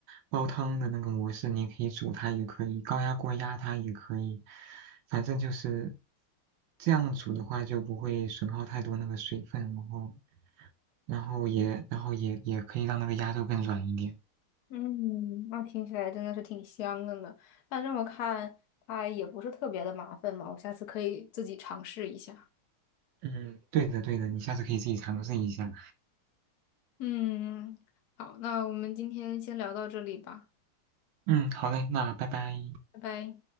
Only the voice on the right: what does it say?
煲汤的那个模式，你可以煮它，也可以高压锅压它，也可以。反正就是这样煮的话，就不会损耗太多那个水分，然后，然后也，然后也也可以让那个鸭肉更软一点。
嗯，对的对的，你下次可以自己尝试一下。
嗯，好嘞，那拜拜。